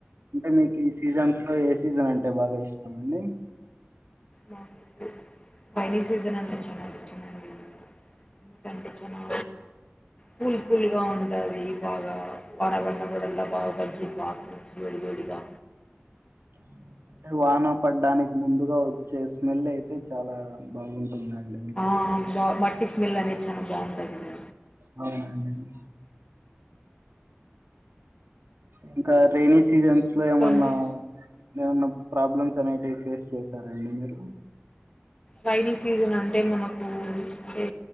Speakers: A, on the right; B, on the left.
A: అంటే మీకు ఈ సీజన్స్ లో ఏ సీజన్ అంటే బాగా ఇష్టమండి
B: నాకు రైనీ సీజన్ అంటే చాలా ఇష్టమండి ఎందుకంటే చానా కూల్ కూల్గా ఉంటది బాగా వాన బడిన్నప్పుడల్లా బాగా బజ్జీల్ బాత్రూమ్స్ తడిగా
A: <inaudible> అంటే వాన పడ్డానికి ముందుగా వచ్చే స్మెల్ అయితే చాలా బాగుంటుందండి
B: ఆ మట్టి స్మెల్ అనేది చాలా బాగుంటుంది
A: అవునండి ఇంకా రెైనీ సీజన్స్ లో
B: మీకండి
A: ఏమన్నా ఏమన్నా ప్రాబ్లమ్స్ అనేటివి ఫేస్ చేసారండి మీరు
B: రైైనీ సీజన్ అంటే మనకు అంటే